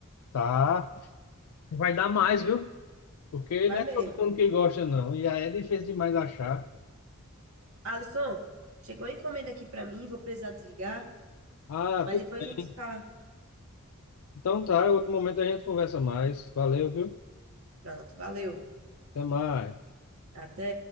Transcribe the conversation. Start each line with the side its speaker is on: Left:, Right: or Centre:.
Left: Tá. Vai dar mais, viu? Porque
Right: Vai
Left: não
Right: mesmo.
Left: é todo mundo que gosta, não. E aí é difícil demais achar.
Right: Alisson, chegou a encomenda aqui pra mim, vou precisar desligar,
Left: Ah,
Right: mas
Left: tudo
Right: depois
Left: bem.
Right: a gente se fala.
Left: Então tá, outro momento a gente conversa mais. Valeu, viu?
Right: Pronto, valeu.
Left: Até mais.
Right: Até.